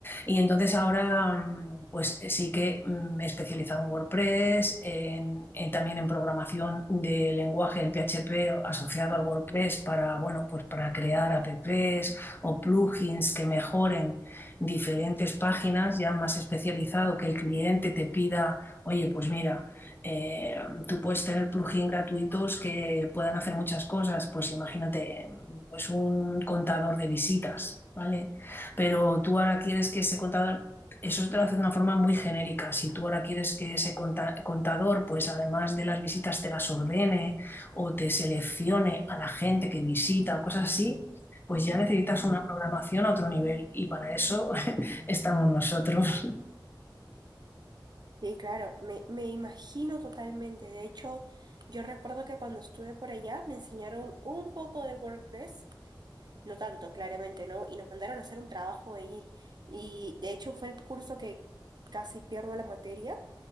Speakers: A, on the left; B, on the right.
A: Y entonces ahora, mm, pues eh, sí que mm, me he especializado en WordPress, en- en también en programación de lenguaje, el PHP asociado al WordPress para, bueno, pues para crear apps o plugins que mejoren diferentes páginas, ya más especializado, que el cliente te pida, oye, pues mira, eh, tú puedes tener plugins gratuitos que puedan hacer muchas cosas, pues imagínate, pues un contador de visitas, ¿vale? Pero tú ahora quieres que ese contador, eso te lo hace de una forma muy genérica. Si tú ahora quieres que ese contador, pues además de las visitas, te las ordene o te seleccione a la gente que visita o cosas así, pues ya necesitas
B: ujú.
A: una programación a otro nivel. Y para eso <laughs> estamos nosotros.
B: Sí, claro, me, me imagino totalmente. De hecho, yo recuerdo que cuando estuve por allá me enseñaron un poco de WordPress, no tanto, claramente, ¿no? Y nos mandaron a hacer un trabajo ahí. Y de hecho fue el curso que casi pierdo la materia.